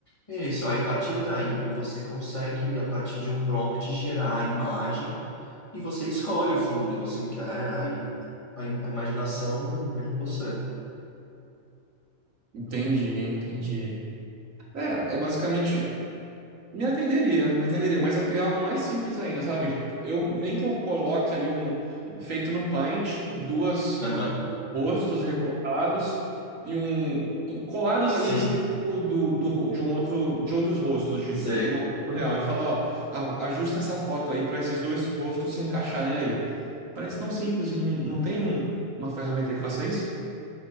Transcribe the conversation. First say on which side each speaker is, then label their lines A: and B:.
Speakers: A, on the left; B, on the right.
A: é Isso, aí a partir daí você consegue, a partir de um prompt, gerar a imagem e você escolhe o fundo que você quer, aí a im- a imaginação é com você.
B: entendi, entendi. É, é basicamente me atenderia, me atenderia, mas eu queria algo mais simples ainda, sabe? Eu nem que eu coloque ali um feito no Paint, duas
A: <laughs>
B: rostos recortados e um colados
A: Sim,
B: ali em cima do, do, do ro- de um outro de outros rostos de,
A: sei.
B: de uma foto real e falar, ó, a- ajusta essa foto aí para esses dois rostos se encaixarem aí. Parece tão simples e não, não tem um- uma ferramenta que faça isso?